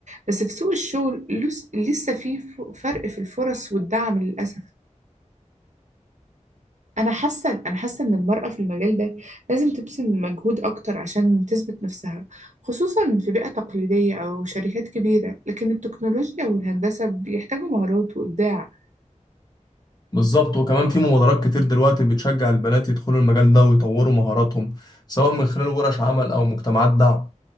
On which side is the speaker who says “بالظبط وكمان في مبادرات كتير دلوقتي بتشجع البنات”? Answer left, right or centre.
Left